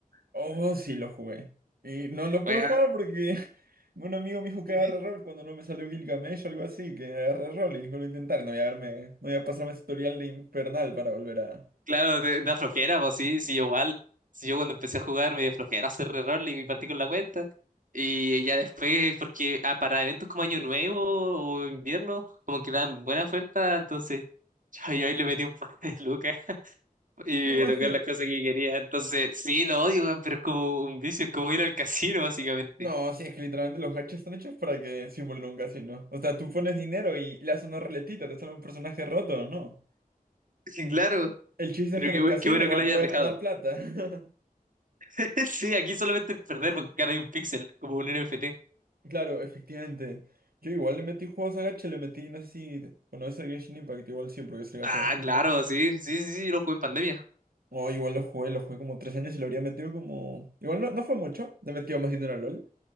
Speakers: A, on the right; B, on the right.
A: Oh, sí, lo jugué. Y no lo
B: Weón,
A: puedo jugar porque <laughs> un amigo me dijo que
B: ¿Qué?
A: agarre rol cuando no me salió Gilgamesh o algo así, que agarre rol y lo intentaré. No voy a verme, no voy a pasarme ese tutorial de infernal para volver a...
B: claro, te- da flojera, pues sí, sí, igual. si yo cuando empecé a jugar me dio flojera hacer reroll y me partí con la cuenta. Y ya después, porque ah, para eventos como Año Nuevo o invierno, como que dan buena oferta, entonces <laughs> yo, yo ahí le metí un par de lucas y
A: No,
B: me
A: es
B: tocaron
A: que...
B: las cosas que quería. Entonces, sí, lo odio, weón, pero es como un vicio, es como ir al casino, básicamente.
A: No, sí, es que literalmente los gachas están hechos para que simulen un casino. O sea, tú pones dinero y le haces una ruletita, te sale un personaje roto, ¿no?
B: Sí, claro.
A: El chiste
B: Pero
A: es que en
B: qué,
A: el
B: bu-
A: casino
B: qué bueno
A: igual
B: que lo hayas
A: puedes
B: dejado.
A: ganar plata. <laughs>
B: <laughs> Sí, aquí solamente perder porque cada hay un píxel, como un NFT.
A: Claro, efectivamente. Yo igual le metí juegos a gacha, le metí, no sé si conoces el Genshin Impact, igual sí, porque es el gacha
B: Ah,
A: más popular.
B: claro, sí, sí, sí, sí, lo jugué en pandemia.
A: Oh, igual lo jugué, lo jugué como tres años y lo habría metido como... Igual no, no fue mucho, le he metido más dinero a LOL,